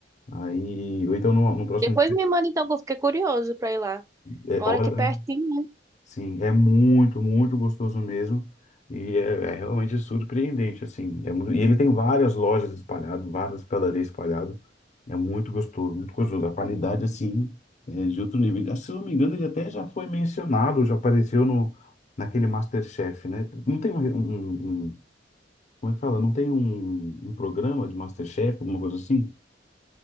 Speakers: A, on the left; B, on the right.
A: Aí, ou então no, no próximo
B: Depois me manda então, que eu fiquei curioso pra ir lá.
A: É,
B: Mora
A: olha,
B: aqui pertinho, né?
A: sim, é muito, muito gostoso mesmo. E é, é realmente surpreendente, assim. É muito- e ele tem várias lojas espalhadas, várias padarias espalhadas. É muito gostoso, muito gostoso. A qualidade, assim, é de outro nível. Ah, Se não me engano, ele até já foi mencionado, já apareceu no, naquele MasterChef, né? Não tem um, um- um- um, como é que fala? Não tem um, um programa de MasterChef, alguma coisa assim?